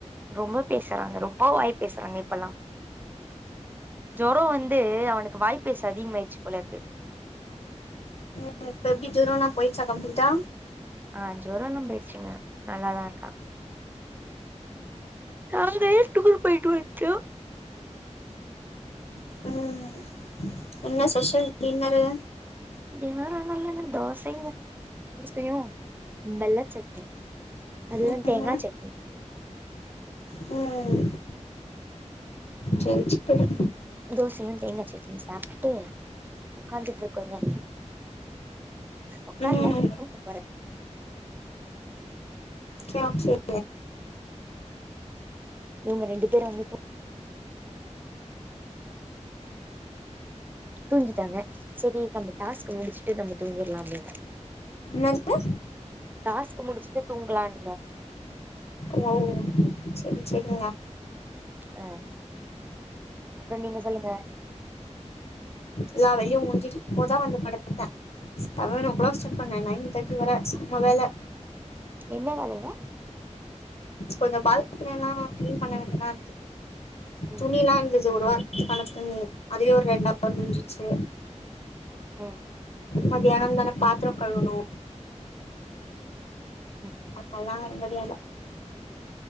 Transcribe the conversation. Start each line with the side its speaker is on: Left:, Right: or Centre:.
Right: ரொம்ப பேசுறாங்க ரொம்ப வாய் பேசுறாங்க இப்பல்லா ஜொரம் வந்து அவனுக்கு வாய்பேச அதிகமாயிச்சி போல இருக்கு
Left: ம் இப்ப எப்டி ஜொரம்லா போயிருச்சா கம்ப்ளிட்டா
Right: ஆ ஜொரம்லா போயிருச்சுங்க நல்லாதா இருக்கா நாங்களே டூர் போயிட்டு வந்ன்டோ
Left: ம் என்ன ஸ்பெஷல் டின்னரு
Right: டின்னர் ஒன்னு இல்லங்க தோசங்க தோசையு வெள்ளச்சட்னி அதுதா
Left: ம்
Right: தேங்கா சட்னி
Left: ம் சரி சரி
Right: தோசையு தேங்கா சட்னியு சாப்டுட்டு ஒக்காந்துட்டு இருக்கோங்க ஒக்காரல
Left: ம்
Right: கவுந்துப்பாரு
Left: கேஃபே
Right: இவுங்க ரெண்டு பேரு வந்த இப்போ தூஞ்கிட்டாங்க சேரி நம்ம டாஸ்க்க முடிச்சிட்டு நம்ம தூங்கிர்லா அப்டின்னு
Left: என்னக
Right: டாஸ்க்க முடிச்சிட்டு தூங்கலா இன்னங்க
Left: ஓ சேரி சேரிங்கா
Right: அ அப்றோ நீங்க சொல்லுங்க
Left: எல்லா வேலையு முஞ்சிட்டு இப்போதா வந்து படுத்த செவன் ஓ கிளாக் சுட்டங்க நைன் தேர்ட்டி வர செம்ம வேல
Right: என்ன வேலங்க
Left: கொஞ்சோ பால்கணிலா கிளீன் பண்ண வேண்டிதா
Right: ம்
Left: துணில்லா இருந்தது ஒருவார ரெண்டு நாள் துணி அதே ஒரு ரெண்டாவர்
Right: ம்
Left: முஞ்சிச்சி
Right: ம்
Left: மத்தியானந்தா நா பாத்துரோ கழுவுணு
Right: ம்
Left: அதெல்லா என்னுடைய வேல